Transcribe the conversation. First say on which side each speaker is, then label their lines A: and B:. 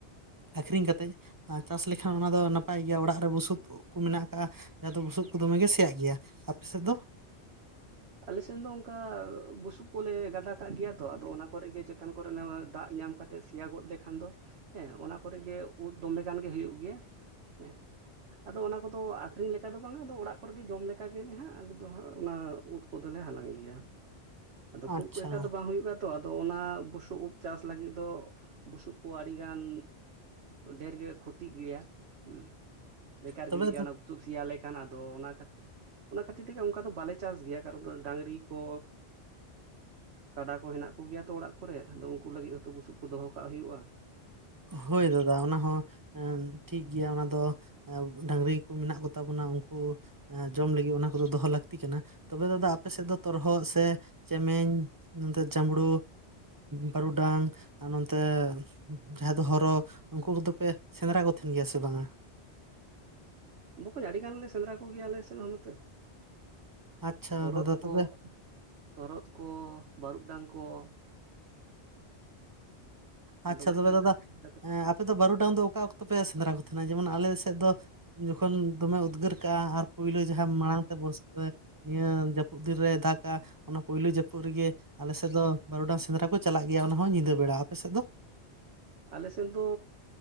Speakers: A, on the right; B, on the right.
A: ᱟᱹᱠᱷᱨᱤᱧ ᱠᱟᱛᱮᱫ ᱪᱟᱥ ᱞᱮᱠᱷᱟᱱ ᱚᱱᱟ ᱫᱚ ᱱᱟᱯᱟᱭ ᱜᱮᱭᱟ ᱚᱲᱟᱜ ᱨᱮ ᱵᱩᱥᱩᱵ ᱵᱩᱥᱩᱵ ᱠᱚ ᱢᱮᱱᱟᱜ ᱠᱟᱜᱼᱟ ᱡᱟᱦᱟᱸ ᱫᱚ ᱵᱩᱥᱩᱵ ᱠᱚ ᱫᱚᱢᱮ ᱜᱮ ᱥᱮᱭᱟᱜ ᱜᱮᱭᱟ ᱟᱯᱮ ᱥᱮᱫ ᱫᱚ
B: ᱟᱞᱮᱥᱱ ᱫᱚ ᱚᱱᱠᱟ ᱵᱩᱥᱩᱵ ᱠᱚᱞᱮ ᱜᱟᱫᱟ ᱠᱟᱜ ᱜᱮᱭᱟ ᱛᱚ ᱟᱫᱚ ᱚᱱᱟ ᱠᱚᱨᱮ ᱜᱮ ᱪᱮᱫ ᱪᱮᱛᱟᱱ ᱠᱚᱨᱮᱱᱟᱜ ᱫᱟᱜ ᱧᱟᱢ ᱠᱟᱛᱮᱜ ᱥᱮᱭᱟ ᱜᱚᱫ ᱞᱮᱠᱷᱟᱱ ᱫᱚ ᱦᱮᱸ ᱚᱱᱟ ᱠᱚᱨᱮ ᱜᱮ ᱩᱫ ᱫᱚᱢᱮ ᱜᱟᱱ ᱜᱮ ᱦᱩᱭᱩᱜ ᱜᱮᱭᱟ ᱦᱮᱸ ᱟᱫᱚ ᱚᱱᱟ ᱠᱚᱫᱚ ᱟᱹᱠᱷᱨᱤᱧ ᱞᱮᱠᱟ ᱞᱮᱠᱟ ᱫᱚ ᱵᱟᱝᱟ ᱟᱫᱚ ᱚᱲᱟᱜ ᱠᱚᱨᱮᱜᱮ ᱡᱚᱢ ᱞᱮᱠᱟ ᱜᱮᱞᱮ ᱦᱟᱸᱜ ᱟᱞᱮᱫ ᱫᱚ ᱦᱟᱸᱜ ᱚᱱᱟ ᱩᱫ ᱠᱚᱫᱚᱞᱮ ᱦᱟᱞᱟᱝ ᱜᱮᱭᱟ ᱟᱫᱚ ᱠᱷᱩᱵᱽ
A: ᱟᱪᱪᱷᱟ
B: ᱮᱠᱴᱟ ᱫᱚ ᱵᱟᱝ ᱦᱩᱭᱩᱜᱼᱟ ᱛᱚ ᱟᱫᱚ ᱚᱱᱟ ᱵᱩᱥᱩᱵ ᱩᱵ ᱪᱟᱥ ᱞᱟᱹᱜᱤᱫ ᱫᱚ ᱵᱩᱥᱩᱵ ᱠᱚ ᱟᱹᱰᱤᱜᱟᱱ ᱰᱷᱮᱨ ᱜᱮ ᱠᱷᱚᱛᱤᱜ ᱜᱮᱭᱟ ᱦᱮᱸ ᱵᱮᱠᱟᱨ
A: ᱛᱚᱵᱮ
B: ᱜᱤᱲᱤᱜᱼᱟ ᱚᱱᱟ ᱵᱩᱥᱩᱵ ᱥᱮᱭᱟᱞᱮ ᱠᱷᱟᱱ ᱟᱫᱚ ᱚᱱᱟ ᱚᱱᱟ ᱠᱷᱟᱹᱛᱤᱨ ᱛᱮᱜᱮ ᱚᱱᱠᱟ ᱫᱚ ᱵᱟᱞᱮ ᱪᱟᱥ ᱜᱮᱭᱟ ᱠᱟᱨᱚᱱ ᱰᱟᱝᱨᱤ ᱠᱚ ᱠᱟᱰᱟ ᱠᱚ ᱦᱮᱱᱟᱜ ᱠᱚ ᱜᱮᱭᱟ ᱛᱚ ᱚᱲᱟᱜ ᱠᱚᱨᱮ ᱟᱫᱚ ᱩᱱᱠᱩ ᱞᱟᱹᱜᱤᱫ ᱦᱚᱛᱳ ᱵᱩᱥᱩᱵ ᱠᱚ ᱫᱚᱦᱚ ᱠᱟᱜ ᱦᱩᱭᱩᱜᱼᱟ
A: ᱦᱳᱭ ᱫᱟᱫᱟ ᱚᱱᱟ ᱦᱚᱸ ᱴᱷᱤᱠ ᱜᱮᱭᱟ ᱚᱱᱟ ᱫᱚ ᱰᱟᱝᱨᱤ ᱠᱚ ᱢᱮᱱᱟᱜ ᱠᱚᱛᱟ ᱵᱚᱱᱟ ᱩᱱᱠᱩ ᱡᱚᱢ ᱞᱟᱹᱜᱤᱫ ᱚᱱᱟ ᱫᱚᱦᱚ ᱞᱟᱹᱠᱛᱤ ᱠᱟᱱᱟ ᱛᱚᱵᱮ ᱫᱟᱫᱟ ᱟᱯᱮ ᱥᱮᱫ ᱫᱚ ᱛᱚᱨᱦᱚᱫ ᱥᱮ ᱪᱮᱢᱮᱧ ᱱᱚᱛᱮ ᱡᱟᱢᱲᱩ ᱵᱟᱹᱨᱩᱰᱟᱝ ᱟᱨ ᱱᱚᱛᱮ ᱡᱟᱦᱟᱸᱭ ᱫᱚ ᱦᱚᱨᱚ ᱩᱱᱠᱩ ᱠᱚᱫᱚ ᱯᱮ ᱥᱮᱸᱫᱽᱨᱟ ᱠᱚ ᱛᱟᱦᱮᱱ ᱜᱮᱭᱟ ᱥᱮ ᱵᱟᱝ ᱼᱟ
B: ᱵᱚᱠᱚᱧ ᱟᱹᱰᱤ ᱜᱟᱱ ᱞᱮ ᱥᱮᱸᱫᱽᱨᱟ ᱠᱚᱜᱮᱭᱟ ᱟᱞᱮ ᱥᱮᱱ ᱦᱚᱸ ᱱᱚᱛᱮ
A: ᱟᱪᱪᱷᱟ
B: ᱛᱚᱨᱦᱚᱫ
A: ᱫᱟᱫᱟ
B: ᱠᱚ
A: ᱛᱚᱵᱮ
B: ᱛᱚᱨᱚᱫ ᱠᱚ ᱵᱟᱹᱨᱩᱜ ᱰᱟᱝ ᱠᱚ ᱾ ᱦᱮ
A: ᱟᱪᱪᱷᱟ
B: ᱫᱚᱢᱮ
A: ᱛᱚᱵᱮ
B: ᱥᱮᱸᱫᱽᱨᱟ
A: ᱫᱟᱫᱟ
B: ᱯᱟᱸᱡᱟ ᱠᱟᱛᱮ
A: ᱮᱸ
B: ᱾
A: ᱟᱯᱮ ᱫᱚ ᱵᱟᱹᱨᱩᱰᱟᱝ ᱫᱚ ᱚᱠᱟ ᱚᱠᱛᱚ ᱯᱮ ᱥᱮᱸᱫᱽᱨᱟ ᱠᱚ ᱛᱟᱦᱮᱱᱟ ᱡᱮᱢᱚᱱ ᱟᱞᱮᱥᱮᱫ ᱫᱚ ᱡᱚᱠᱷᱚᱱ ᱫᱚᱢᱮ ᱩᱫᱽᱜᱟᱹᱨ ᱠᱟᱜᱼᱟ ᱟᱨ ᱾ ᱯᱳᱭᱞᱳ ᱡᱟᱦᱟᱸ ᱢᱟᱲᱟᱝ ᱛᱮ ᱵᱚᱨᱥᱟ ᱱᱤᱭᱟᱹ ᱡᱟᱹᱯᱩᱫ ᱫᱤᱱ ᱨᱮ ᱫᱟᱜᱟ ᱾ ᱚᱱᱟ ᱯᱳᱭᱞᱳ ᱡᱟᱹᱯᱩᱫ ᱨᱮᱜᱮ ᱟᱞᱮ ᱥᱮᱫ ᱫᱚ ᱵᱟᱨᱚᱰᱟᱝ ᱥᱮᱸᱫᱽᱨᱟ ᱠᱚ ᱪᱟᱞᱟᱜ ᱜᱮᱭᱟ ᱚᱱᱟ ᱦᱚᱸ ᱧᱤᱫᱟᱹ ᱵᱮᱲᱟ ᱟᱯᱮ ᱥᱮᱫ ᱫᱚ ᱾
B: ᱟᱞᱮ ᱥᱮᱫ ᱫᱚ